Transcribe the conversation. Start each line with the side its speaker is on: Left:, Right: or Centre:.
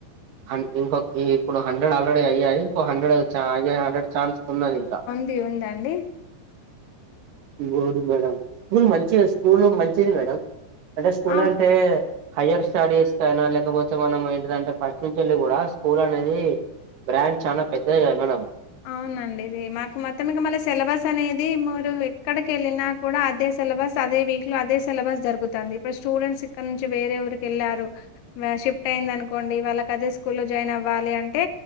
Right: హన్ ఇంకొక్ ఇప్పుడు హండెడ్ ఆల్రెడీ అయ్యాయి ఇంకో హండ్రెడ్ అయ్ చా అయ్యే హండెడ్ ఛాన్స్ ఉన్నది ఇంకా
Left: ది ఉందండి
Right: ఇంగోది మేడం స్కూల్ మంచిగా స్కూలు మంచిది మేడం అంటే స్కూల్
Left: ఆ
Right: అంటే హైయ్యర్ స్టడీస్ కైనా లేకపోతే మనం ఏంటిదంటే ఫస్ట్ నుంచేల్లి కూడా స్కూల్ అనేది బ్రాండ్ చానా పెద్దది గదా మేడం
Left: అవునండి ఇది మాకు మొత్తం ఇగ మళ్ళ సిలబస్ అనేది మూరు ఎక్కడికెళ్ళినా కూడా అదే సిలబస్ అదే వీక్ లో అదే సిలబస్ జరుగుతాంది ఇప్పుడు స్టూడెంట్స్ ఇక్కడ నుంచి వేరే ఊరికి ఎళ్ళారు లా షిఫ్ట్ అయ్యింది అనుకోండి వాళ్ళకి అదే స్కూల్లో జాయిన్ అవ్వాలి అంటే